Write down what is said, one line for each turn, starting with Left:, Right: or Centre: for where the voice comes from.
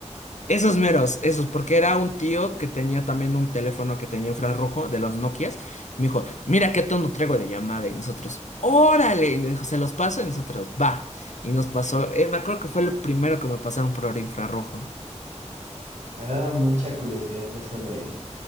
Left: Esos meros, esos, porque era un tío que tenía también un teléfono que tenía infrarrojo de los Nokias. Y me dijo, mira qué tono traigo de llamada. Y nosotros, órale. Y nos dijo, se los paso. Y nosotros, va. Y nos pasó, eh, me acuerdo que fue lo primero que me pasaron por infrarrojo.
Right: Me daba mucha curiosidad eso de,